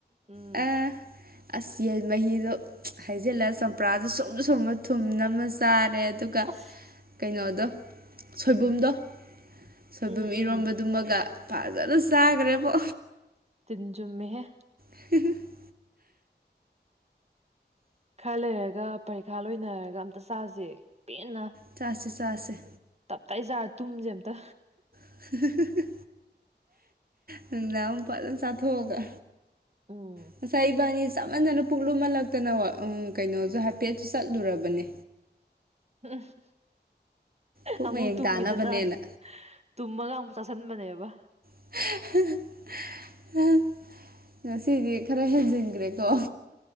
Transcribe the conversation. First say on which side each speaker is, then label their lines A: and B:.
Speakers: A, on the right; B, on the right.
A: ꯎꯝ
B: ꯑ ꯑꯁ ꯌꯦꯟ ꯃꯍꯤꯗꯣ ꯍꯩꯖꯤꯜꯂ ꯆꯝꯄ꯭ꯔꯥꯗꯣ ꯁꯨꯝ ꯁꯨꯝꯃ ꯊꯨꯝ ꯅꯝꯃ ꯆꯥꯔꯦ‌꯫ ꯑꯗꯨꯒ
A: ꯑꯁ
B: ꯀꯩꯅꯣꯗꯣ ꯁꯣꯏꯕꯨꯝꯗꯣ ꯁꯣꯏꯕꯨꯝ
A: ꯎꯝ ꯎꯝ
B: ꯏꯔꯣꯟꯝꯕꯗꯨꯃꯒ ꯐꯖꯅ ꯆꯥꯈ꯭ꯔꯦꯕꯣ
A: ꯇꯤꯟꯖꯨꯝꯃꯦꯍꯦ
B: <unintelligible>
A: ꯈꯔ ꯂꯩꯔꯒ ꯄꯔꯤꯈꯥ ꯂꯣꯏꯅꯔꯒ ꯑꯝꯇ ꯆꯥꯖ‌ꯦ ꯄꯦꯟꯅ
B: ꯆꯥꯁꯤ ꯆꯥꯁꯤ
A: ꯇꯞꯇꯥꯏꯖꯥꯔ ꯇꯨꯝꯁꯦ ꯑꯝꯇ꯫
B: <unintelligible> ꯅꯨꯃꯤꯗꯥꯡ ꯑꯃꯨꯛ ꯐꯖꯅ ꯆꯥꯊꯣꯛꯑꯒ
A: ꯎꯝ
B: ꯉꯁꯥꯏ ꯏꯕꯥꯅꯤ ꯆꯥꯃꯟꯗꯅ ꯄꯨꯛꯂꯨꯝꯍꯜꯂꯛꯇꯅ ꯀꯩꯅꯣꯁꯨ ꯍꯥꯏꯐꯦꯠꯁꯨ ꯆꯠꯂꯨꯔꯕꯅꯦ
A: ꯎ <unintelligible>
B: ꯄꯨꯛ
A: ꯑꯃꯨꯛ
B: ꯃꯌꯦꯡ
A: ꯇꯨꯝꯈꯤꯗꯅ
B: ꯇꯥꯅꯕꯅꯦꯅ
A: ꯇꯨꯝꯃꯒ ꯑꯃꯨꯛ ꯆꯥꯥꯁꯟꯕꯅꯦꯕ꯫
B: <unintelligible> ꯉꯁꯤꯗꯤ ꯈꯔ ꯍꯦꯟꯖꯤꯟꯈ꯭ꯔꯦꯀꯣ